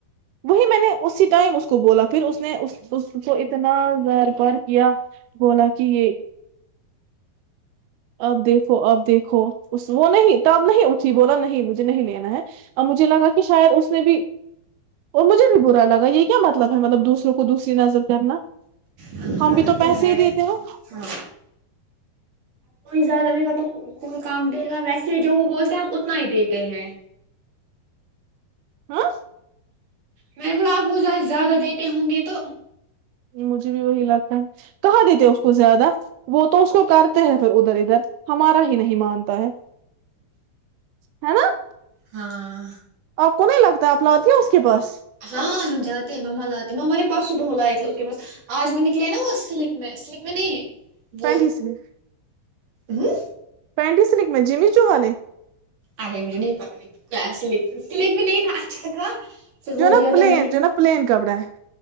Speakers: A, on the right; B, on the right.
A: وہی میں نے اسی ٹائم اس کو بولا پھر اس اس اس کو اتنا بار پار کیا گولا کہ یہ اب دیکھو اب دیکھو اس وہ نہیں ت اب نہیں اٹھی بولا نہیں مجھے نہیں لینا ہے اب مجھے لگا کہ شاید اس نے بھی اور مجھے بھی برا لگا یہ کیا مطلب ہے مطلب دوسروں کو دوسری نظر کرنا
B: ہاں
A: ہم
B: غلط
A: بھی تو پیسے
B: ہے
A: ہی دیتے ہو
B: ہاں زدہ دے گا تو کوئی کام دے گا ویسے جو وہ بولتے ہیں اتنا ہی دیتے ہیں
A: ہاں
B: میں بولا آپ وہ جائے زیادہ دیتے ہوں گے تو
A: مجھے بھی وہی لگتا ہے کہاں دیتے اس کو زیادہ وہ تو اس کو کرتے ہیں پھر ادھر ادھر ہمارا ہی نہیں مانتے باہر ہے نا
B: ہاں
A: آپ نہیں لگتا ہے اپناادھی اس کے پاس
B: ہاں سمجااتتے مما ل ہوتے مم پبس د لئے تھے اس کے پس آج وہ نکلے نا وہ سلک میں سلک میں نہیں وہ
A: پانڈی سلک
B: ہوں
A: پینڈی سلک میں جیمی جو والے
B: ارے مجھے نہیں پتاسل سلک بھی نہیں تھا اچھا تھا پھر
A: جو
B: وہ
A: نا
B: دیا
A: پلین
B: ٹوینٹی
A: جو ہے نا پلین کپڑا ہے